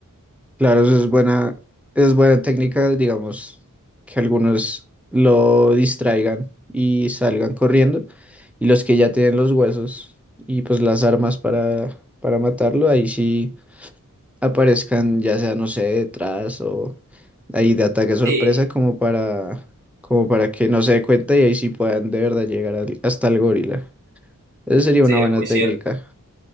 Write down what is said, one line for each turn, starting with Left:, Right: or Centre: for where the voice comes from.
Centre: Claro, eso es buena, es buena técnica, digamos, que algunos lo distraigan y salgan corriendo, y los que ya tienen los huesos y pues las armas para, para matarlo, ahí sí aparezcan, ya sea, no sé, detrás o ahí de ataque sorpresa
Right: Sí,
Centre: como para, como para que no se dé cuenta y ahí sí puedan de verdad llegar al- hasta el gorila. Esa sería
Right: sí,
Centre: una
Right: es
Centre: buena
Right: muy
Centre: técnica.
Right: cierto.